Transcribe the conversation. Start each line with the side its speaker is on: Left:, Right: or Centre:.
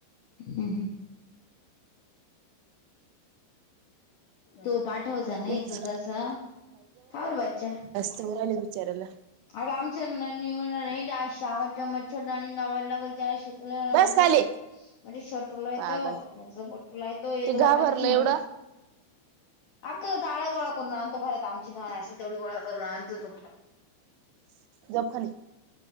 Left: हं हं. तो पाठवायचां नाही
Right: तेच
Left: तू तसां वार बंच्च्यां
Right: तोवंर राहिले बिचाऱ्यांला
Left: अगं आमचं शावटं चमटं छोटा आणि नवलं लागलं चट. तुलांल
Right: बस
Left: मज्जां.
Right: खाली
Left: म्हंणजे छटोलायं
Right: पागल
Left: तं म्हंण गोलाय तो येतो
Right: ते घाबरलं
Left: गं तरी झिंडून.
Right: एवढं
Left: अगं गोळां करूंन आणतो खरांत आमची घाणं असेलं तेवढी गोळां करूंन आणतो तो.
Right: जंप खांली